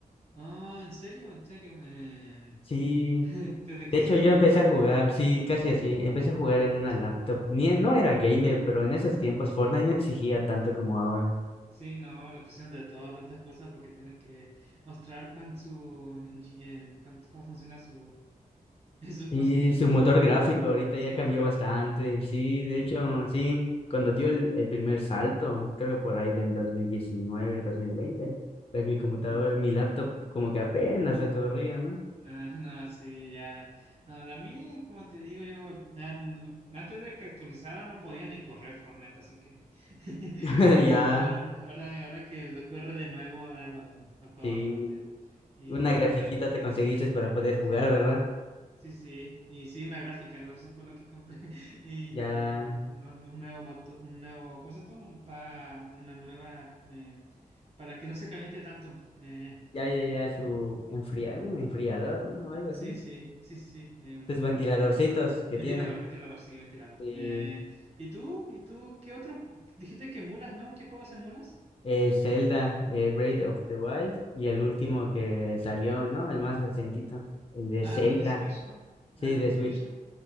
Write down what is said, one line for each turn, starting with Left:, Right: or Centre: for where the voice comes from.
Right: Ah, ¿en serio? ¿En serio? Eh,
Left: Sí,
Right: <laughs> ¿desde
Left: de
Right: que
Left: hecho
Right: salió?
Left: yo empecé a jugar, sí, casi así, empecé a jugar en una laptop. Ni, e- no era gamer, pero en esos
Right: Ya.
Left: tiempos Fortnite no exigía tanto como ahora.
Right: Sí, no, la pusieron de todo, tantas cosas, porque tienen que mostrar con su, en- en- con- cómo funciona su, <laughs> su cosa,
Left: Y
Right: <laughs>
Left: su motor gráfico ahorita
Right: es
Left: ya
Right: cinematográfico.
Left: cambió bastante, sí, de
Right: Sí.
Left: hecho, sí, cuando dio el, el primer salto, creo por ahí del dos dos mil diecinueve dos mil veinte pues mi computador,
Right: sí.
Left: mi laptop como que apenas lo corría, ¿no?
Right: No, no, sí, ya. No, la mía, como te digo, yo na- n- antes de que actualizara no podía ni correr Fortnite, así que <laughs>
Left: <laughs>
Right: la-
Left: Ya,
Right: ahí cuando ahora, ahora que lo corre de nuevo, ahora lo, lo juego
Left: sí,
Right: bastante. Y
Left: una grafiquita
Right: tam-
Left: te conseguiste para poder jugar,
Right: sí,
Left: ¿verdad?
Right: sí, sí, y sí, una gráfica, lo- eso fue lo que compré. <laughs> Y
Left: Ya
Right: también un, un nuevo moto, un nuevo, ¿cómo se llama? Un pa, una nueva eh, para que no se caliente tanto. eh,
Left: Ya, ya, ya, su enfriado un enfriador, ¿no? Algo
Right: Sí,
Left: así.
Right: sí, sí, sí, sí, en
Left: Sus
Right: cooler.
Left: ventiladorcitos
Right: eh,
Left: que
Right: ventilador,
Left: tiene.
Right: ventilador, sí, ventilador.
Left: Y
Right: Eh, ¿y tú? ¿Y tú qué otros? Dijiste que emulas, ¿no? ¿Qué juegos emulas?
Left: el Zelda, el Breath of
Right: Ah,
Left: the Wild, y el último que salió, ¿no? El más recientito, el de
Right: Ah,
Left: Zelda,
Right: los de Switch, ¿no?
Left: sí,
Right: Ah, los
Left: de
Right: de
Left: Switch,
Right: Switch, ¿no?